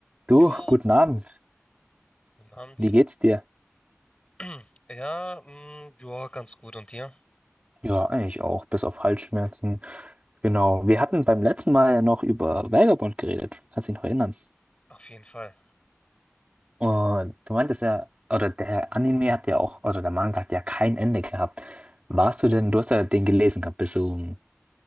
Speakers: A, on the right; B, on the left.
A: Du,
B: Jo,
A: guten Abend.
B: guten Abend.
A: Wie geht's dir?
B: <clears throat> Ja, mm, ja, ganz gut. Und dir?
A: Ja, eigentlich auch, bis auf Halsschmerzen. Genau. Wir hatten beim letzten Mal ja noch über Vagabond geredet. Kannst dich noch erinnern?
B: Auf jeden Fall.
A: Und du meintest ja, oder der Anime hat ja auch, oder der Manga hat ja kein Ende gehabt. Warst du denn, du hast ja den gelesen gehabt bis zum